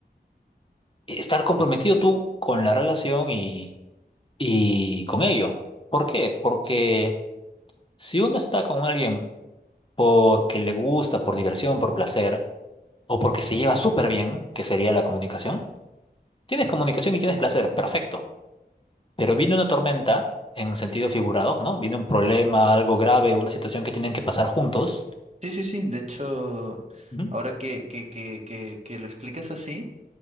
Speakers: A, on the left (about 30°); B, on the right (about 40°).
A: estar comprometido tú con la relación y, y con ello. ¿Por qué? Porque si uno está con alguien porque le gusta, por diversión, por placer, o porque se lleva súper bien, que sería la comunicación. Tienes comunicación y tienes placer, perfecto. Pero viene una tormenta en sentido figurado, ¿no? Viene un problema, algo grave, una situación que tienen que pasar juntos.
B: Sí, sí, sí, de hecho,
A: Ujú.
B: ahora que, que, que, que, que lo explicas así,